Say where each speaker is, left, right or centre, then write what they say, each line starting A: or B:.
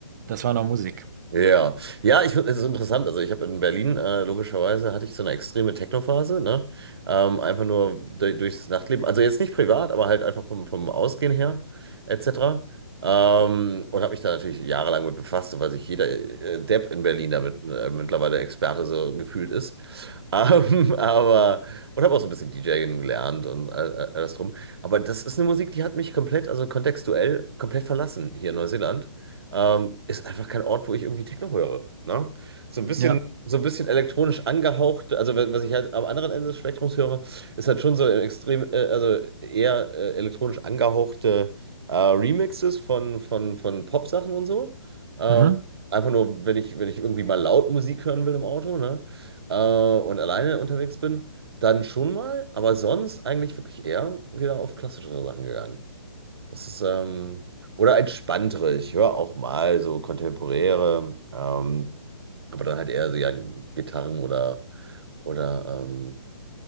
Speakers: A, on the right (about 40°); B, on the right (about 60°).
A: das war noch Musik.
B: Ja, ja, ich, es ist interessant. Also ich habe in Berlin, äh, logischerweise, hatte ich so eine extreme Techno-Phase, ne? Ähm, einfach nur du- durch das Nachtleben. Also jetzt nicht privat, aber halt einfach vom, vom Ausgehen her, etc. Ähm, und habe mich da natürlich jahrelang mit befasst, so weil sich jeder äh, Depp in Berlin damit äh, mittlerweile Experte so gefühlt ist. <laughs> Ähm, aber, und habe auch so ein bisschen DJing gelernt und all, all- alles drum. Aber das ist eine Musik, die hat mich komplett, also kontextuell, komplett verlassen hier in Neuseeland ähm, ist einfach kein Ort, wo ich irgendwie Techno höre. Ne? So ein bisschen,
A: Ja,
B: so ein bisschen elektronisch angehaucht, also wenn- was ich halt am anderen Ende des Spektrums höre, ist halt schon so extrem, äh, also eher äh, elektronisch angehauchte äh, Remixes von, von, von Pop-Sachen und so. Ähm,
A: mhm.
B: einfach nur, wenn ich, wenn ich irgendwie mal laut Musik hören will im Auto, ne? Äh, und alleine unterwegs bin, dann schon mal, aber sonst eigentlich wirklich eher wieder auf klassischere Sachen gegangen. Das ist, ähm, oder entspanntere. Ich höre auch mal so kontemporäre, ähm, aber dann halt eher so ja, Gitarren oder, oder ähm,